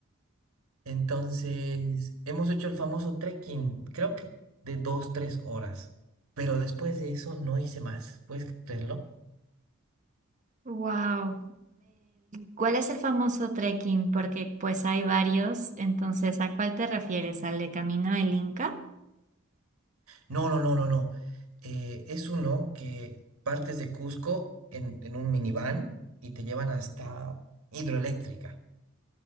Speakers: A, on the right; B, on the right.
A: Entonces, hemos hecho el famoso trekking, creo que de dos, tres horas. Pero después de eso no hice más. ¿Puedes creerlo?
B: Wow. ¿cuál es el famoso trekking? Porque pues hay varios, entonces, ¿a cuál te refieres? ¿Al de Camino del Inca?
A: No, no, no, no, no. Eh, es uno que partes de Cusco en, en un minivan y te llevan hasta Hidroeléctrica.